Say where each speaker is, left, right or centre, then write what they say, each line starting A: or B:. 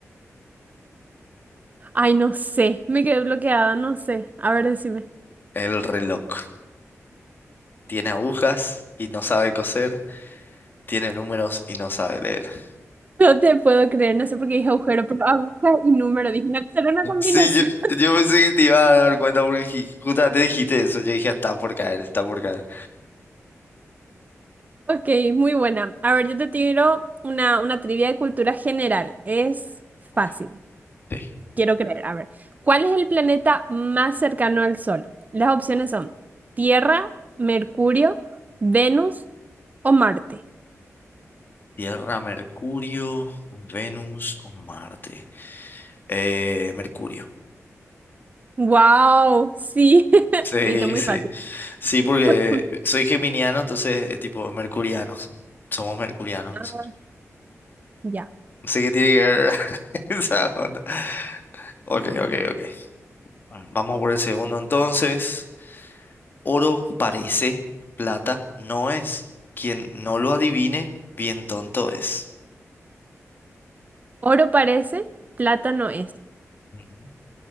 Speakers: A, on the right (about 30°); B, on the left (about 40°).
A: Ay, no sé. Me quedé bloqueada, no sé. A ver, decime.
B: el reloj. Tiene agujas y no sabe coser, tiene números y no sabe leer. <laughs>
A: No te puedo creer, no sé por qué dije agujero, pero aguja y número. Dije, no, será una combinación.
B: Sí, yo, yo pensé que te iba a dar cuenta porque ji- justamente dijiste eso. Yo dije, "Ah, está por caer, está por caer.
A: Ok, muy buena. A ver, yo te tiro una, una trivia de cultura general. Es fácil,
B: Ok, sí.
A: quiero creer. A ver, ¿cuál es el planeta más cercano al Sol? Las opciones son Tierra, Mercurio, Venus o Marte.
B: Tierra, Mercurio, Venus o Marte. Eh, Mercurio.
A: ¡Wow! Sí, <laughs>
B: Sí,
A: viste, muy
B: sí.
A: fácil.
B: Sí,
A: <laughs>
B: porque soy geminiano, entonces es tipo mercurianos. Somos mercurianos
A: Ah,
B: nosotros.
A: Ya.
B: No sé qué tiene que ver <laughs> esa onda. Ok, ok, ok. Vamos por el segundo entonces. Oro parece, plata no es. Quien no lo adivine, bien tonto es.
A: Oro parece, plátano es.
B: Ujú.